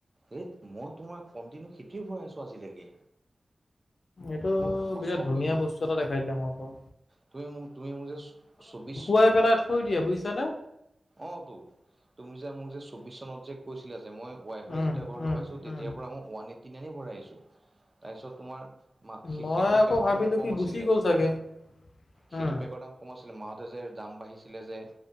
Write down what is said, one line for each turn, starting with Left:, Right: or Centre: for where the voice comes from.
Right: এই মই তোমাৰ কন্টিনউ সিটোৱে ভৰাই আছো আজিলৈকে।
Left: এইটো
Right: মোৰ বছৰ
Left: বিৰাট ধুনীয়া
Right: হৈ গ'ল
Left: বস্তু এটা দেখাই দিলে মই আকৌ।
Right: তুমি মোক তুমি মোক যে চৌ চৌবিছ
Left: লৈ পেলাই থৈ দিয়ে বুইছা নে
Right: অ তো তুমি যে মোক যে চৌব্বিছ চনত যে কৈছিলা যে মই ৱাই ফাই
Left: উম
Right: যেতিয়া ঘৰত
Left: উম
Right: লগাইছো তেতিয়াৰ
Left: উম
Right: পৰা মই ওৱান এইটি নাইনে ভৰাই আহিছো তাৰপিছত তোমাৰ মা সেইটো
Left: মই আকৌ
Right: পেকৰ
Left: ভাবিলো
Right: দাম কম
Left: কি
Right: আছিলে
Left: গুচি গ'ল চাগে
Right: সেইটো
Left: উম
Right: পেকৰ দাম কমো আছিলে মাহতে যে দাম বাঢ়িছিলে যে